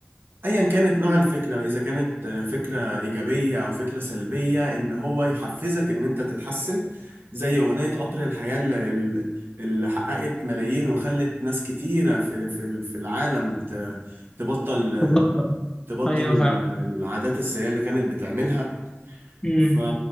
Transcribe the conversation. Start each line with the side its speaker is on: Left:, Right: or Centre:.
Right: ايا كانت نوع الفكره اذا كانت آه، فكره ايجابيه او فكره سلبيه ان هو يحفزك ان انت تتحسن زي اغنيه قطر الحياه اللي, اللي اللي حققت ملايين وخلت ناس كتيره في في في العالم ت- تبطل
Left: تبطل
Right: تبطل
Left: ايوه فعلا
Right: آه، العادات السيئه اللي كانت بتعملها
Left: امم
Right: ف